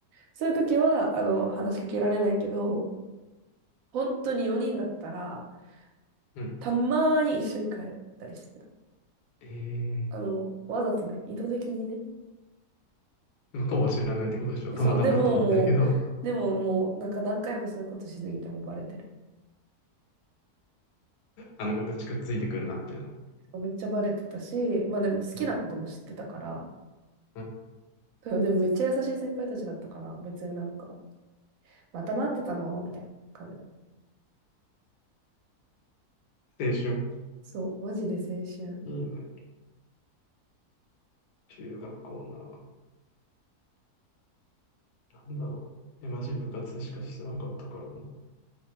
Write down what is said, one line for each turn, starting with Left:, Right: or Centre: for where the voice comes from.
Right: そういう時は、あの、話しかけられないけど、本当に4人だったら、
Left: うん。
Right: たまーに一緒に帰ったりしてた。
Left: ええ
Right: あの、わざとね、意図的にね。
Left: ー、向こうは知らないってことでしょ。
Right: えそう、
Left: たまたまだと思ってるけど、
Right: でももう、でももう、なんか何回もそういうことしすぎてもバレてる。
Left: あの子たちくっついてくるな、みたいな。
Right: めっちゃバレてたし、まあでも好きなことも知ってたから、
Left: うんうん
Right: うんでもめっちゃ優しい先輩たちだったから、別になんか、また待ってたのみたいな感じだった。
Left: 青春。
Right: そう、マジで青春。
Left: いいね。中学校な。なんだろう。え、マジ部活しかしてなかったからな。